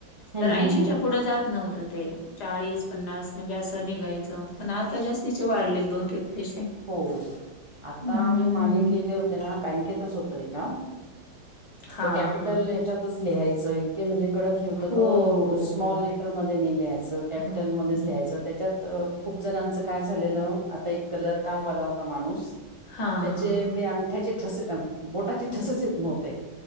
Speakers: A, on the right; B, on the left.
A: हम्म
B: तर ऐशीच्या
A: हम्म हम्म
B: पुढे जात नव्हत ते चाळीस, पन्नास म्हणजे असं निघायचं, पण आता जास्तीचे वाढलेत बहुतेक पैसे
A: हो,
B: हम्म
A: आता आम्ही मागे केले होते ना, बँकेतच होतय एका
B: हां
A: तर कॅपिटल
B: हां हां
A: याच्यातच लिहायचं, इतके म्हणजे कडक तिथं
B: हो
A: क
B: हो
A: स्मॉल लेटरमध्ये नाही लिहायचं, कॅपिटलमध्येच
B: हो हो
A: लिहायचं. त्याच्यात खूप जणांच काय झालेलं, आता एक कलर काम वाला होता. माणूस,
B: हां
A: त्याचे
B: हां हां
A: ते अंगठ्याचे ठसे, बोटाचे ठसेच येत नव्हते.